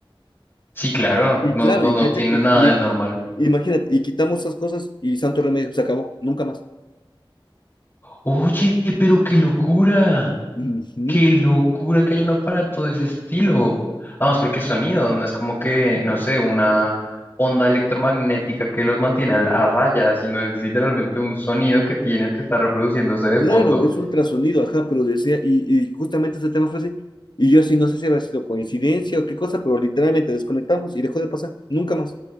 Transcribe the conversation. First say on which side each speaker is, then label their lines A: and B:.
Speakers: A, on the left; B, on the left.
A: sí, claro,
B: Y
A: no,
B: claro,
A: no,
B: y
A: no
B: cacha
A: tiene
B: que,
A: nada
B: le-
A: de normal.
B: imagínate, y quitamos esas cosas y santo remedio, se acabó, nunca más.
A: Oye, pero qué locura,
B: Ujú.
A: qué locura que haya un aparato de ese estilo. Además, porque es sonido, no es como que, no sé, una onda electromagnética que los mantiene al- a, raya, sino es literalmente un sonido que tienes que estar reproduciéndose de
B: Claro,
A: fondo
B: es ultrasonido, ajá, pero decía, y, y justamente ese tema fue así. Y yo sí, no sé si habrá sido coincidencia o qué cosa, pero literalmente desconectamos y dejó de pasar, nunca más.